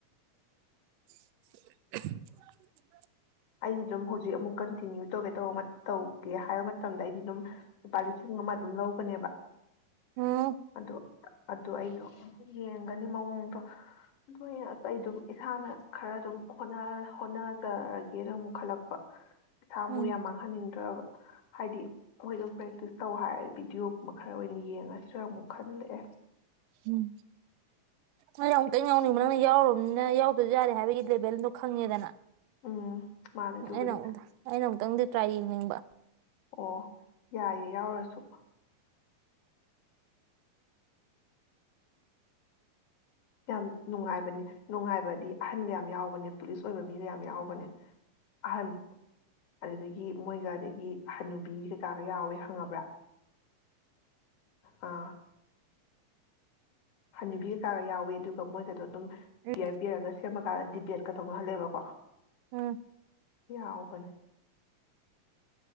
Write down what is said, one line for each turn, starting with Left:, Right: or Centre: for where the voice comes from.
Right: <unintelligible> <unintelligible>
Left: ꯑꯩꯗ꯭ꯔꯣ ꯍ ꯑꯃꯨꯛ ꯀꯟꯇꯤꯟꯌꯨ ꯇꯧꯒꯦ ꯇ ꯇꯧꯒꯦ ꯍꯥꯏꯕ ꯃꯇꯝꯗ ꯑꯩꯗꯤ ꯑꯗꯨꯝ ꯂꯨꯄꯥ ꯂꯤꯁꯤꯡ ꯑꯃ ꯑꯗꯨꯝ ꯂꯧ ꯊꯕ
Right: ꯎꯝ
Left: ꯑꯗꯨ ꯑꯗꯨ ꯑꯩꯗꯣ ꯌꯦꯡꯒꯅꯤ ꯃꯑꯣꯡꯗꯣ ꯑꯗꯨ ꯑꯁ ꯑꯩ ꯑꯗꯨꯝ ꯏꯁꯥꯅ ꯈꯔ ꯑꯗꯨꯝ ꯍꯣꯠꯅꯖꯔꯒꯦꯅ ꯑꯃꯨꯛ ꯈꯠꯂꯛꯄ ꯄ ꯊꯥ ꯃꯨꯛ
Right: ꯎꯝ
Left: ꯌꯥꯝ ꯃꯥꯡꯍꯟꯅꯤꯡꯗ꯭ꯔꯕ ꯍꯥꯏꯗꯤ ꯃꯣꯏ ꯑꯗꯨꯝ ꯄ꯭ꯔꯦꯛꯇꯤꯁ ꯇꯧ ꯍꯥꯏꯔ ꯚꯤꯗꯤꯑꯣꯒꯨꯝꯕ ꯈꯔ ꯑꯣꯏꯅ ꯌꯦꯡꯉꯁꯤ ꯁꯤꯔ ꯑꯃꯨꯛ ꯈꯜꯂꯦ
Right: ꯎꯝ ꯍꯗ ꯑꯃꯨꯛꯇꯪ ꯌꯥꯎꯅꯤꯡꯕ ꯅꯪꯅ ꯌꯥꯎꯔꯕꯅꯤꯅ ꯌꯥꯎꯗꯁꯨ ꯌꯥꯔꯦ ꯍꯥꯏꯕꯒꯤ ꯂꯦꯚꯦꯜꯗꯣ ꯈꯪꯉꯦꯗꯅ
Left: ꯎꯝ ꯃꯥꯅꯦ ꯑꯗꯨꯕꯨꯗꯤ
Right: ꯑꯩꯅ ꯑꯩꯅ ꯑꯃꯛꯇꯪ ꯇ꯭ꯔꯥꯏꯅꯤꯡꯕ
Left: ꯑꯣ ꯌꯥꯏꯌꯦꯦ ꯌꯥꯎꯔꯁꯨ ꯑꯝ ꯅꯨꯡꯉꯥꯏꯕꯅꯦ ꯅꯨꯡꯉꯥꯏꯕꯗꯤ ꯑꯍꯟꯒ ꯌꯥꯝ ꯌꯥꯎꯕꯅꯦ ꯄꯨꯂꯤꯁ ꯑꯣꯏꯕ ꯃꯤꯒ ꯌꯥꯝ ꯌꯥꯎꯕꯅꯦ ꯑꯍꯟ ꯑꯗꯨꯗꯒꯤ ꯃꯣꯏꯒ ꯑꯗꯒꯤ ꯑꯍꯟꯟꯅꯨꯕꯤ ꯀꯩꯀꯥꯒ ꯌꯥꯎꯋꯦ ꯈꯪꯉꯕ꯭ꯔꯥ ꯑꯥ ꯍꯅꯕꯤꯔ ꯀꯥꯒ ꯌꯥꯎꯋꯤ ꯑꯗꯨꯒ ꯃꯣꯏꯒꯗ ꯑꯗꯨꯝ
Right: ꯎꯝ
Left: ꯄꯤꯌꯔ ꯄꯤꯔꯒ ꯁꯦꯝꯃ ꯀꯥꯟꯗꯗꯤ ꯔ ꯀꯩ ꯇꯧꯅꯍꯜꯂꯦꯕꯀꯣ
Right: ꯎꯝ
Left: ꯌꯥ ꯑꯣꯕꯅꯦ